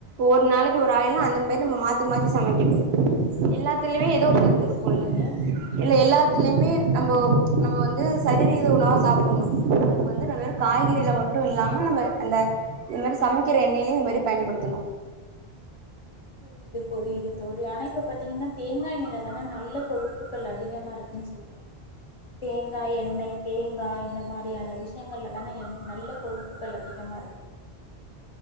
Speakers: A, on the right; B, on the left.
A: ஒரு நாளைக்கு ஒரு ஆயில்னு அந்த மேரி நம்போ மாத்தி மாத்தி சமைக்கிணு எல்லாத்துலியுமே
B: ஏ அந்த
A: எதோ ஒரு
B: மாதிரி
A: சத்து இருக்குல்ல
B: சொல்றீங்க
A: இல்ல எல்லாத்துலமே நம்போ நம்ம வந்து சரிவிகித உணவா சாப்புன்னு இந்துர வெறுக் காய்கறில மட்டு இல்லாம நம்ம அந்த இது மேரி சமைக்கிற எண்ணெயிலியு இது மேரி பயன்படுத்தணு
B: புரிது புரிது தோழி ஆனா இப்ப பாத்தீங்கன்னா தேங்கா எண்ணெய்லதானா நல்லக் கொழுப்புகள் அதிகமாருக்குன்ச் சொல்றாங்க தேங்கா எண்ணெய் தேங்கா இந்த மாரியான விஷ்யங்கள்லதானே என் நல்லக் கொழுப்புகள் அதிகமாக இருக்குது